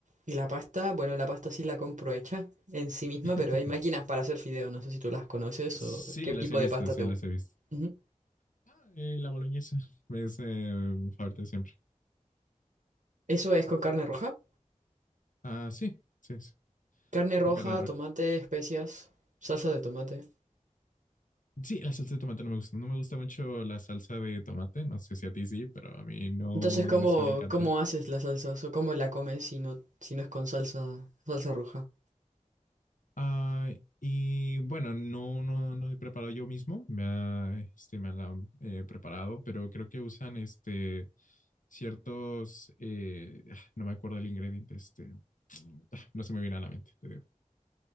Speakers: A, on the right; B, on the left.
A: Y la pasta, bueno, la pasta sí la compro hecha en sí misma,
B: <laughs>
A: pero hay máquinas para hacer fideo. No sé si tú las conoces
B: Sí,
A: o qué
B: las
A: tipo
B: he visto,
A: de pasta
B: sí,
A: te gusta.
B: las he visto.
A: Ujú.
B: Ah, eh, la boloñesa es eh, mi favorita de siempre.
A: Eso es con carne roja.
B: Ah, sí, sí, sí,
A: Carne roja,
B: con carne roja.
A: tomate, especias, salsa de tomate.
B: Sí, la salsa de tomate no me gusta. No me gusta mucho la salsa de tomate. No sé si a ti sí, pero a mí no,
A: Entonces,
B: no
A: ¿cómo,
B: me suele encantar.
A: cómo haces la salsa o cómo la comes si no, si no es con salsa, salsa roja?
B: Ah, y bueno, no, no, no he preparado yo mismo. Me ha, este, me la han eh, preparado, pero creo que usan este ciertos, eh, ah, no me acuerdo el ingrediente, este, mm, ah, no se me viene a la mente, te digo.